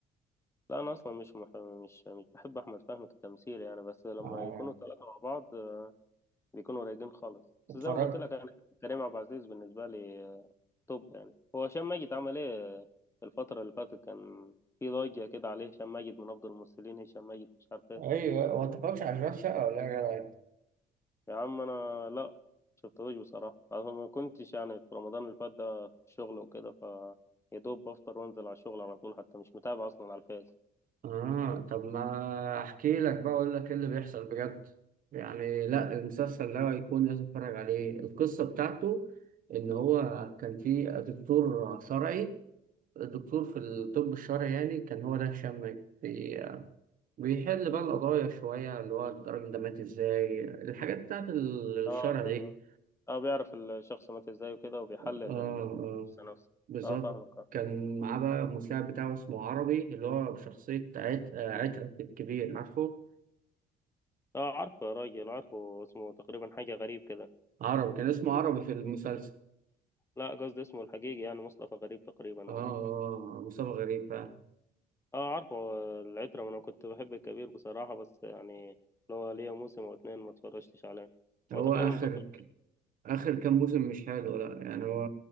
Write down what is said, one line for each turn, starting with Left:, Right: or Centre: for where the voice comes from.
Left: لا انا اصلا مش مح... مش مش بحب احمد فهمي كتمثيل يعني بس لما
Right: آه،
Left: يكونوا ثلاثة مع بعض آه، بيكونوا رايقين خالص بس
Right: اتفرجت
Left: زي ما قلت لك يعني كريم عبد العزيز بالنسبة لي آه، توب يعني هو هشام ماجد عمل ايه آه، الفترة اللي فاتت كان في ضجة كده عليه هشام ماجد من افضل الممثلين هشام ماجد مش عارف
Right: ايوه هو انت متفرجش على اشغال شقه ولا ايه يا جدع
Left: يا عم انا لا شفتوش بصراحه انا ما كنتش يعني في رمضان اللي فات ده في الشغل وكده ف يا دوب بفطر وانزل على الشغل على طول حتى مش متابع اصلا على الفيس
Right: اه طب ما احكي لك بقى اقول لك ايه اللي بيحصل بجد يعني لا المسلسل ده هيكون لازم تتفرج عليه القصة بتاعته ان هو كان في دكتور شرعي الدكتور في الطب الشرعي يعني كان هو ده هشام بي- بيحل بقى القضايا شوية اللي هو الراجل ده مات ازاي الحاجات بتاعت الشرع
Left: اه لا
Right: دي
Left: اه بيعرف الشخص مات ازاي وكده وبيحلل
Right: اه اه
Left: ال- الجثه نفسه
Right: بالظبط
Left: اه فاهمك اه
Right: كان معاه بقى المساعد بتاعه اسمه عربي اللي هو بشخصية عت... آه، عترة الكبير عارفه؟
Left: آه، عارفه يا راجل عارفه اسمه تقريبا حاجه غريب كده
Right: عربي كان اسمه عربي في المسلسل
Left: لا قصدي اسمه الحقيقي يعني مصطفى غريب تقريبا
Right: اه
Left: او
Right: آه، مصطفى غريب فعلا
Left: اه عارفه العترة انا كنت بحب الكبير بصراحة بس يعني لو ليا موسم او اتنين ما اتفرجتش عليه
Right: هو
Left: هو تقريبا
Right: آخر
Left: بطل
Right: آخر كام موسم مش حلو لا يعني هو